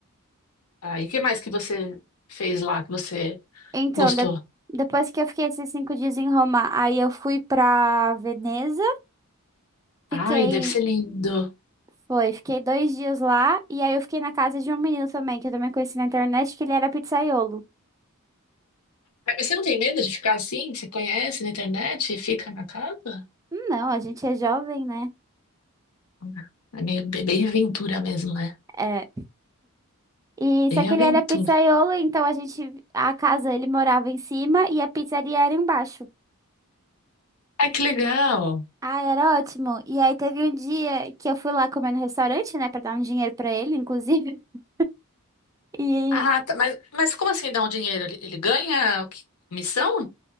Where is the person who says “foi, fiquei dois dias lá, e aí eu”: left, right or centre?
Right